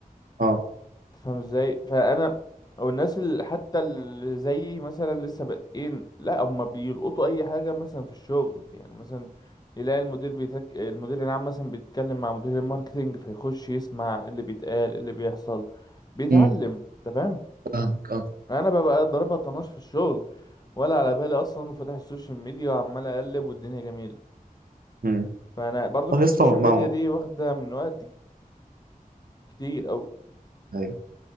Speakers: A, on the right (about 75°); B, on the left (about 25°).
A: اه
B: فاهم ازاي فانا او الناس اللي حتى اللي زيي مثلا لسه بادئين لا هم بيلقطوا اي حاجه مثلا في الشغل يعني مثلا يلاقي المدير بيتك... المدير العام مثلا بيتكلم مع مدير الماركتينج فيخش يسمع اللي بيتقال اللي بيحصل بيتعلم
A: امم
B: انت فاهم
A: فاهمك اه
B: انا ببقى ضاربها طناش في الشغل ولا على بالي اصلا وفتح السوشيال ميديا وعمال اقلب والدنيا جميله
A: امم
B: فانا برضك
A: طب يا
B: السوشيال
A: اسطى ما ما-
B: ميديا دي واخده من وقت كتير او
A: امم